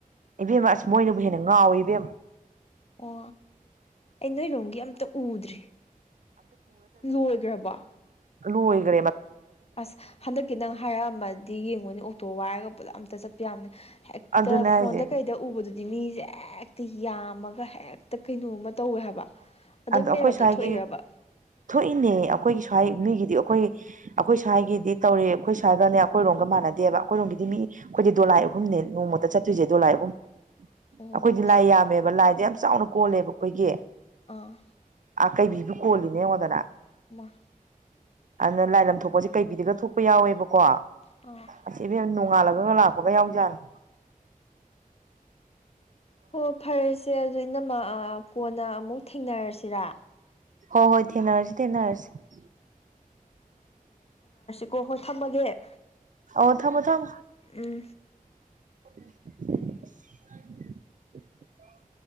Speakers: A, on the right; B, on the left.
A: ꯏꯕꯦꯝ ꯑꯁ ꯃꯣꯏꯅꯕꯨ ꯍꯦꯟꯅ ꯉꯥꯎꯏꯤ ꯏꯕꯦꯝ
B: ꯀ ꯑꯩ ꯅꯣꯏꯔꯣꯝꯒꯤ ꯑꯝꯇ ꯎꯗ꯭ꯔꯤ ꯂꯣꯏꯈ꯭ꯔꯕ
A: ꯂꯣꯏꯣꯏꯒꯦ
B: ꯑꯁ ꯍꯟꯗꯛꯀꯤ ꯅꯪ ꯍꯥꯏꯔꯛꯑꯝꯃꯗꯤ ꯌꯦꯡꯉꯨꯅꯤ ꯑꯣꯛꯇꯣ ꯋꯥꯏꯔꯒ ꯄꯨꯂꯞ ꯑꯝꯇ ꯆꯠꯄꯤ ꯌꯥꯕꯅꯦ ꯍꯦꯛꯇ
A: ꯑꯗꯨꯅꯦ
B: ꯗ ꯐꯣꯟꯗ
A: ꯍꯥꯏꯁꯦ
B: ꯀꯩꯗ ꯎꯕꯗꯨꯗꯤ ꯃꯤꯁꯦ ꯍꯦꯛꯇ ꯌꯥꯝꯃꯒ ꯍꯦꯛꯇ ꯇ ꯀꯩꯅꯣꯝꯃ ꯇꯧꯋꯦ ꯍꯥꯏꯕ ꯑꯗꯨꯝ
A: ꯑꯗꯣ ꯑꯩꯈꯣꯏ
B: ꯃꯦꯔꯣꯗ
A: ꯁ꯭ꯋꯥꯏꯒꯤ
B: ꯊꯣꯛꯏꯔꯕ
A: ꯊꯣꯛꯏꯅꯦ ꯑꯩꯈꯣꯏꯒꯤ ꯁ꯭ꯋꯥꯏ ꯃꯤꯒꯤꯗꯤ ꯑꯩꯈꯣꯏ ꯑꯩꯈꯣꯏ ꯁ꯭ꯋꯥꯏꯒꯤꯗꯤ ꯇꯧꯔꯤ ꯑꯩꯈꯣꯏ ꯁ꯭ꯋꯥꯒꯅꯦ ꯑꯩꯈꯣꯏꯔꯣꯝꯒ ꯃꯥꯟꯅꯗꯦꯕ ꯑꯩꯈꯣꯏꯔꯣꯝꯒꯤꯗꯤ ꯃꯤ ꯑꯩꯈꯣꯏꯗꯤ ꯗꯣꯂꯥꯏ ꯑꯍꯨꯝꯅꯦ ꯅꯣꯡꯃꯇ ꯆꯠꯇꯣꯏꯁꯦ ꯗꯣꯂꯥꯏ ꯑꯍꯨꯝ
B: ꯑꯣ
A: ꯑꯩꯈꯣꯏꯗꯤ
B: ꯑꯁ
A: ꯂꯥꯏ ꯌꯥꯝꯃꯦꯕ ꯂꯥꯏꯗ ꯌꯥꯝ ꯆꯥꯎꯅ ꯀꯣꯜꯂꯦꯕ ꯑꯩꯈꯣꯏꯒꯤ
B: ꯑꯥ
A: ꯑꯀꯩꯕꯤꯕꯨ ꯀꯣꯜꯂꯤꯅꯦ ꯑꯩꯉꯣꯟꯗꯅ
B: ꯃꯥ
A: ꯑꯗꯨꯅ ꯂꯥꯏꯂꯝ ꯊꯣꯛꯄꯁꯦ ꯀꯩꯕꯤꯗꯒ ꯊꯣꯛꯄ ꯌꯥꯎꯋꯦꯕꯀꯣ
B: ꯑꯥ
A: ꯑꯁꯤꯕ ꯌꯥꯝ ꯅꯣꯡꯉꯥꯜꯂ ꯑꯗꯨ ꯂꯥꯛꯄꯒ ꯌꯥꯎꯖꯅꯤ
B: ꯍꯣ ꯐꯔꯁꯦ ꯑꯗꯨꯣ ꯏꯅ ꯀꯣꯟꯅ ꯑꯃꯨꯛ ꯊꯦꯡꯅꯔꯁꯤꯔ
A: ꯍ ꯍꯣꯏ ꯊꯦꯡꯅꯔꯁꯤ ꯊꯦꯡꯅꯔꯁꯤ
B: ꯀꯣ ꯍꯣꯏ ꯊꯝꯃꯒꯦ
A: ꯑꯣ ꯊ ꯃ ꯊꯃ
B: ꯎꯝ
A: <unintelligible>